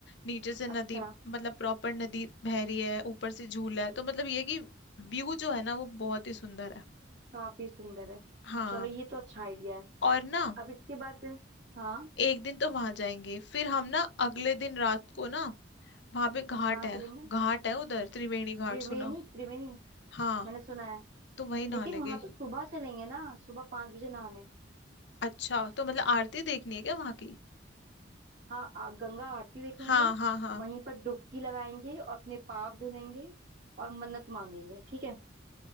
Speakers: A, on the left; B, on the right.
A: नीचे से
B: अच्छा
A: नदी मतलब प्रॉपर नदी बह रही है ऊपर से झूला है तो मतलब ये है कि व्यू जो है ना वो बहुत ही सुंदर है
B: काफी सुंदर है
A: हाँ
B: चलो ये तो अच्छा आइडिया है
A: और ना
B: अब इसके बाद हाँ
A: एक दिन तो वहां जाएंगे फिर हम ना अगले दिन रात को ना वहां पे घाट
B: कहाँ
A: है
B: चलेंगे
A: घाट है उधर त्रिवेणी घाट
B: त्रिवेणी
A: सुना
B: त्रिवेणी
A: हाँ
B: मैंने सुना है
A: तो वही नहा
B: लेकिन
A: लेंगे
B: वहां तो सुबह चलेंगे ना सुबह पाँच बजे नहाने
A: अच्छा तो मतलब आरती देखनी है क्या वहां की
B: हाँ आ- गंगा आरती देखेंगे
A: हाँ हाँ हाँ
B: वहीं पर डुबकी लगाएंगे और अपने पाप धुलेंगे और मन्नत मांगेंगे ठीक है